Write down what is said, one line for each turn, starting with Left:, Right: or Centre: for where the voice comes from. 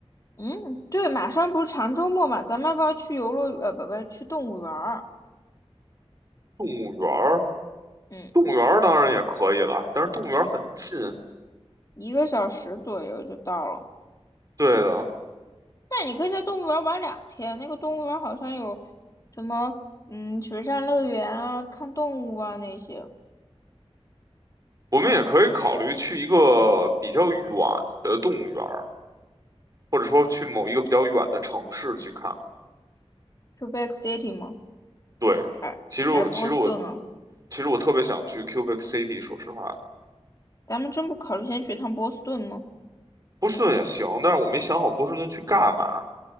Left: 嗯，对，马上不是长周末嘛，咱们要不要去游乐园？呃，不不，去动物园儿。
Right: 动物园儿
Left: 嗯，
Right: 动物园儿当然也可以了，但是动物园儿很近。
Left: 一个小时左右就到了。
Right: 对的。
Left: 那你可以在动物园儿玩两天，那个动物园儿好像有什么，嗯，水上乐园啊，看动物啊那些。
Right: 我们也可以考虑去一个比较远的动物园儿，或者说去某一个比较远的城市去看。
Left: q u e b e c City 吗？
Right: 对，
Left: 还还是波士顿啊？
Right: 其实我其实我其实我特别想去 Cubic City，说实话，
Left: 咱们真不考虑先去趟波士顿吗？
Right: 波士顿也行，但是我没想好波士顿去干嘛。